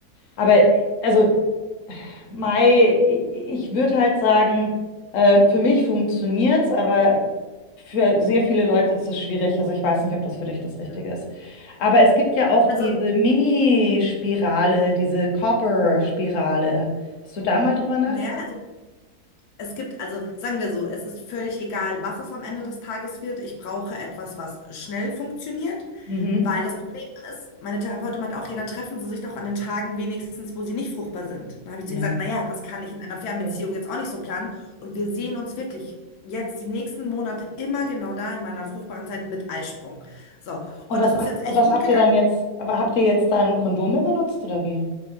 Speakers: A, on the left; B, on the left.
A: aber also Mei, i- ich würde halt sagen, äh, für mich funktioniert's, aber für sehr viele Leute ist es schwierig. Also ich weiß nicht, ob das für dich das
B: Ja.
A: Richtige ist. Aber es gibt ja auch diese
B: Also,
A: Mini-Spirale, diese Copper-Spirale. Hast du da mal drüber nachgedacht?
B: naja, also Es gibt, also sagen wir so, es ist völlig egal, was es am Ende des Tages wird. Ich brauche etwas, was schnell funktioniert,
A: Mhm.
B: weil das Problem ist, meine Therapeutin meint auch, ja, dann treffen Sie sich doch an den Tagen wenigstens, wo Sie nicht fruchtbar sind. Dann habe ich
A: Ja.
B: zu ihr gesagt, naja, das kann ich in einer Fernbeziehung
A: Okay.
B: jetzt auch nicht so planen. Und wir sehen uns wirklich jetzt die nächsten Monate immer genau da in meiner fruchtbaren Zeit mit Eisprung. So, und
A: Und was
B: es ist
A: macht,
B: jetzt echt
A: und was
B: gut
A: habt
B: gegangen.
A: ihr dann jetzt, aber habt ihr jetzt dann Kondome benutzt oder wie?